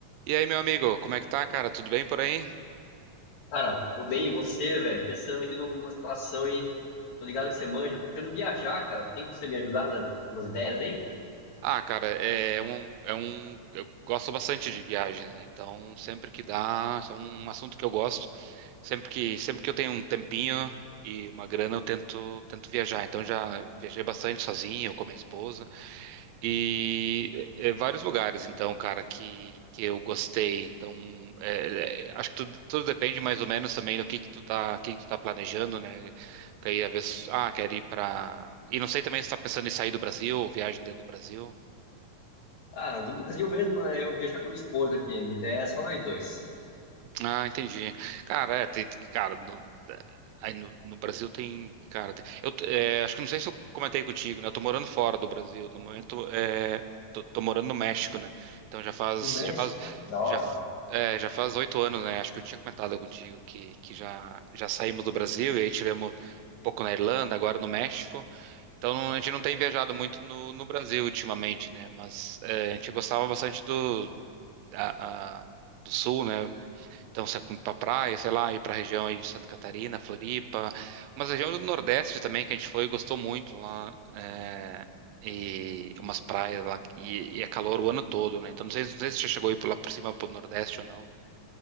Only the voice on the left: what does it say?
Cara, tô bem, e você, velho? Pensando aqui num- numa situação aí. Tô ligado que você manja. Tô querendo viajar, cara. Tem como você me ajudar nas umas ideias aí?
Ah, no Brasil mesmo, né? Eu viajar com a minha esposa aqui. Minha ideia é só nós dois.
No México,
olha que da hora.